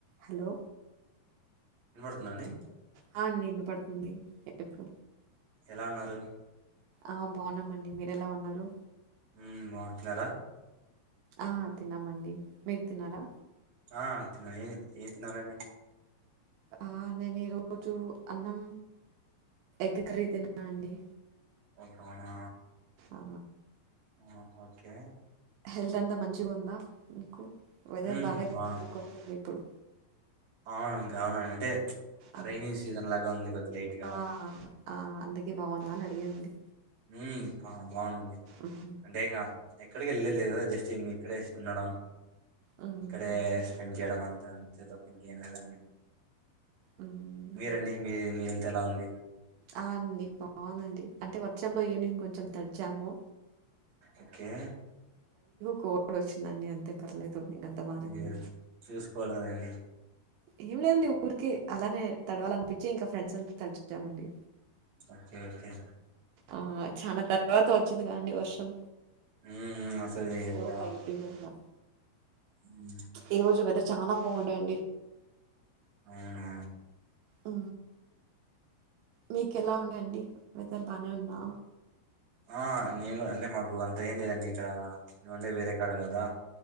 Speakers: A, on the right (about 80°); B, on the right (about 45°).
A: Hello
B: వినపడుతుందా అండి
A: హ నేను పడక ఉంది రేపు
B: ఎలా ఉన్నారు
A: ఆ బాగున్నామండి మీర ఎలా ఉన్నారు
B: హుమ్ బాంటున్నారా
A: ఆ తిన్నామండి మీరు తిన్నారా
B: ఆ తిన్నా ఏది ఏం తన్నారండి
A: ఆ నేను ఈ రోజు అన్నం ఎగ్ కర్రీ తిన్నానండి
B: ఓకే అవునా
A: ఆ
B: ఆ ఓకే
A: హెల్త్ అంతా మంచిగా ఉందా మీకు వెదర్
B: మ్మ్
A: బాగాలే
B: బా
A: కొంది ఇప్పుడు
B: అవునండి అవునండి అంటే
A: ఆ
B: రైైని సీజన్ లాగా ఉంది కొద్దిలైట్గా
A: ఆ ఆ అందుకే బాగుందా అని అడిగానండి
B: హు బా బాగుందండి
A: మ్మ్
B: అంటే ఇంగ ఎక్కడికి వెళ్ళ లేదు కదా జస్ట్ ఇం ఇక్కడే ఉండడం
A: మ్మ్
B: ఇక్కడే
A: ఓకే
B: స్పెండ్ చేయడం అంతా అంతే తప్ప ఇంక ఏం లేదండి
A: మ్మ్
B: మీరండి మీ మీ హెల్త్ ఎలా ఉంది
A: ఆ అండి బాగుందండి అంటే వర్షంలో ఈవినింగ్ కొంచెం తగ్జాము
B: ఓకే
A: కొళ్డ్ వచ్చిందండి అంతే పర్లేదు ఇంకంతా బానే
B: అయ్యొ
A: ఉంది
B: చూసుకోవాలి కదండి
A: ఏం లేదండి ఊరికే అలానే తడవాలనిపించి ఇంకా ఫ్రెండ్స్ అంతా తడిచామండి
B: ఓకే ఓకే
A: ఆ చాన తర్వాత వచ్చింది కాండి వర్షం
B: మ్మ్ అసలు ఈ
A: సో
B: ఒక
A: లైట్గ అలా
B: మ్మ్,
A: ఈ రోజు వెదర్ చాలా బాగుండేయండి
B: అవున
A: ఆ మీకు ఎలా ఉండే అండి వేదర్ బానే ఉందా
B: ఆ నేను అంటే మాకు అంత ఏం లేదండి ఇక్కడ నిను ఉండేది వేరే కాడ కదా